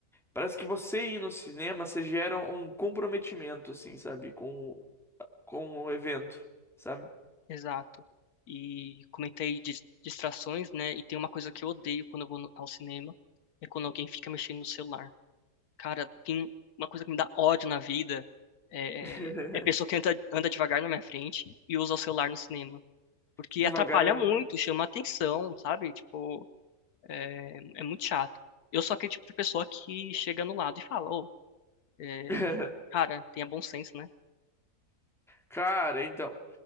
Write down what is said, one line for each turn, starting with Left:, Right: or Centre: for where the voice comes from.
Centre: Parece que você ir no cinema, você gera um comprometimento, assim, sabe? Com, o- com o evento, sabe?
Left: Exato. E comentei dis- distrações, né? E tem uma coisa que eu odeio quando eu vou no- ao cinema, é quando alguém fica mexendo no celular. Cara, tem uma coisa que me dá ódio na vida é,
Centre: <laughs>
Left: é pessoa que anda, anda devagar na minha frente e usa o celular no cinema. Porque
Centre: Devagar.
Left: atrapalha muito, chama atenção, sabe? Tipo, é, é muito chato. Eu sou aquele tipo de pessoa que chega no lado e fala, ô, é,
Centre: <laughs>
Left: cara, tenha bom senso, né?
Centre: Cara, então.